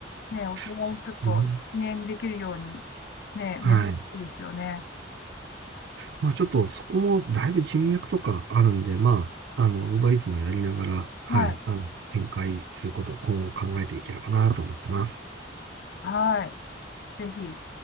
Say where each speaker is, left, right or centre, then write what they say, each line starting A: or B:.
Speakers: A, on the left (about 60°); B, on the right (about 65°).
A: ね、お互いちょっと実現できるように、
B: そうですね
A: ね、
B: はい。
A: 目指したいですよね。
B: まあちょっとそこもだいぶ人脈とかあるんで、まあ、あの、ウーバーイーツもやりながら、はい、
A: はい。
B: あの、展開することを今後考えていければなと思ってます。
A: はい。ぜひ。